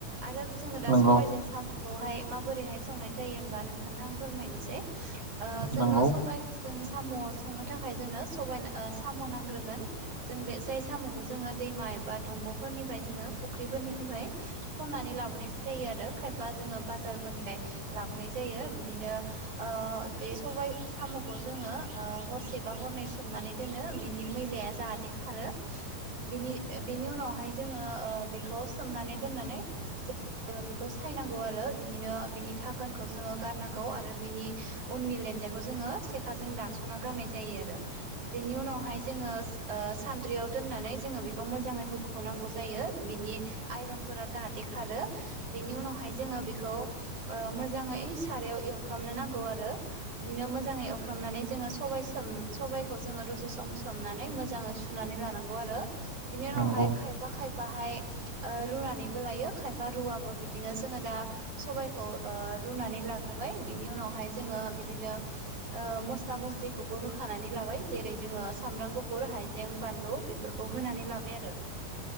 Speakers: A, on the right; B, on the right.
A: आरो जोङो दा
B: नंगौ
A: सबाइजों साम'खौहाय माबोरैहाय संनाय- जायो होनबा नोंथांनो आं फोरमायनोसै जोङो
B: नंगौ
A: ओ सबाय जों साम' संनो थाखाय जोंनो सबाय साम' नांग्रोगोन जों बे जाय साम'खौ जोङो- दैमा एबा दंग'फोरनिफ्राय जोङो फुख्रिफोरनिफ्राय खननानै लाबोनाय जायो! जायो आरो खायफा जोङो बाजारफोरनिफ्राय लाबोनाय जायो बिदिनो ओ बे <unintelligible> साम' खौ जोङो ओ हरसे बा हरनै सोमनानै दोनो बिनि मैलाया जाहाथे खारो- बिनि बिनि उनावहाय जोङो ओ बेखौ सोमनानै दोननानै- बेखौ सायनांगौ आरो बिदिनो ओ बिनि थाखोनखौ जोङो गारनांगौ आरो बिनि उननि जेखौ जोङो- सेखा जों दानस'ना गारनाय जायो आरो बेनि उनावहाय जोङो ओ सान्द्रियाव दोननानै जो बेखौ मोजाङै हुख्रनांगौ जायो बिनि आइरनफोरा जाहाथे खारो बिनि उनावाय जोङो बेखौ ओ मोजाङै सारायाव एफ्रामनो नांगौ आरो बिदिनो मोजाङै सुफ्रामनानै जोङो सब स सबायखौ जोङो दसे सम सोमनानै मोजाङै सुनानै लानांगौ आरो बिनि उनावहाय
B: नंगौ
A: खायफा खाय फाहाय रुनानैबो लायो खायफा रुवाबबो बिदिनो जोङो दा सबायाइखौ ओरुनानै लाग्रोबाय बिनि उनावहाय जोङो बिदिनो ओ मस्ला मस्लिखौबो होखानानै लाबाय जेरै जोङो सामब्राम गुफुर हाइजें बानलु बेफोरखौ होनानै ला आरो